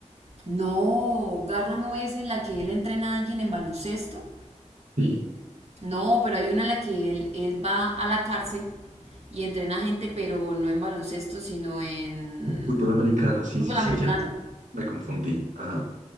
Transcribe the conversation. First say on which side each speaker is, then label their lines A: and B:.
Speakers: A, on the right; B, on the right.
A: No, Garra no es en la que él entrena a alguien en baloncesto.
B: Sí,
A: No, pero hay una en la que él, él va a la cárcel y entrena gente, pero no en baloncesto, sino en
B: fútbol americano, sí,
A: fútbol
B: sí, sí,
A: americano.
B: ya. Me confundí. Ajá.